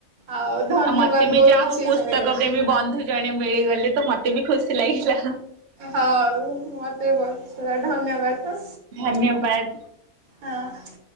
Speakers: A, on the right; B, on the right.
A: ଆଉ। ଧନ୍ୟବାଦ
B: ଆ ମତେ
A: ବହୁତ
B: ବି ଯା
A: କିଛି
B: ହଉ ପୁସ୍ତକ
A: ଶୁଣିକି ହଁ।
B: ପ୍ରେମୀ ବନ୍ଧୁ ଜଣେ ମିଳିଗଲେ ତ ମତେ ବି ଖୁସି ଲାଗିଲା।
A: ହଉ ମତେ ବି ବହୁ <unintelligible> ଧନ୍ୟବାଦ।
B: ଧନ୍ୟବାଦ।
A: ହଁ।